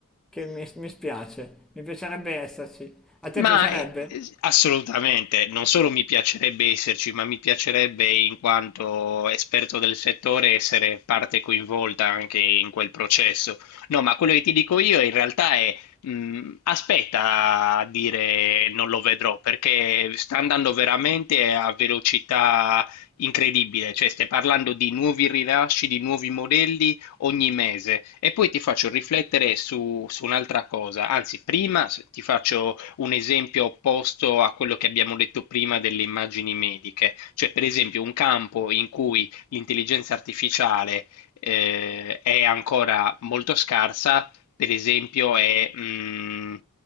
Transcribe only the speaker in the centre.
che mi, mi spiace. Mi piacerebbe esserci. A te
piacerebbe?